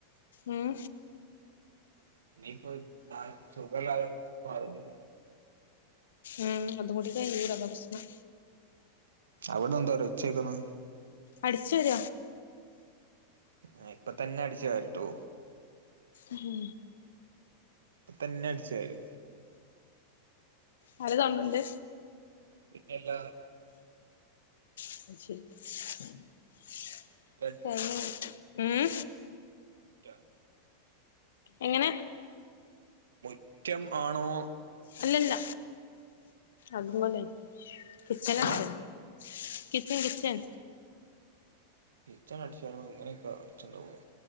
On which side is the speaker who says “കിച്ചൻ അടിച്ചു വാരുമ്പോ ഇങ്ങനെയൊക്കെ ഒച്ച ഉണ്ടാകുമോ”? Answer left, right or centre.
Right